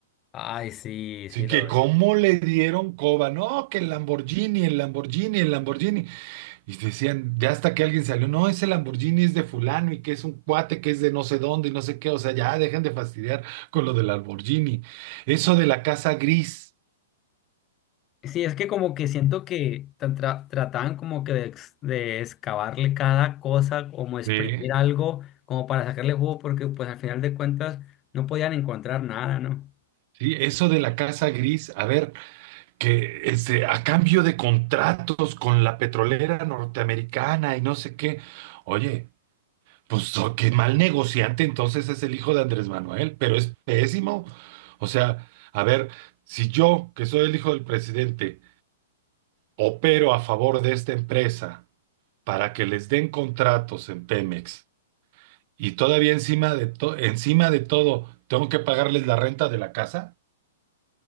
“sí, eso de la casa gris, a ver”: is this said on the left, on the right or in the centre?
Right